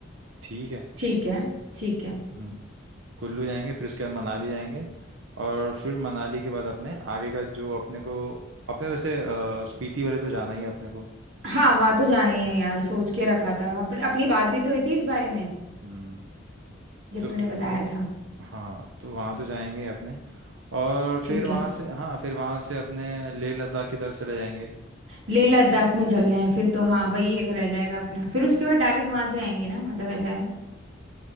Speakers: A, on the right (about 85°); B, on the right (about 65°).
A: ठीक है
B: ठीक है ठीक है
A: हम्म कुल्लू जाएंगे फिर उसके बाद मनाली जाएंगे और फिर मनाली के बाद अपने आगे का जो अपने को अपने वैसे अ, स्पीति वाले तो जाना ही है अपने को
B: हाँ वहाँ तो जाना ही
A: हाँ
B: है यार सोच के रखा था अप, अपनी बात भी तो हुई थी इस बारे में
A: हम्म
B: जब
A: तो
B: तूने बताया था
A: हाँ तो वहाँ तो जाएंगे ही अपने और
B: ठीक
A: फिर वहाँ
B: है
A: से हाँ फिर वहाँ से अपने लेह लद्दाख की तरफ चले जाएंगे
B: लेह लद्दाख में चलना है फिर तो हाँ वही एक रह जाएगा अपना फिर उसके बाद डायरेक्ट वहां से आएंगे ना मतलब ऐसा है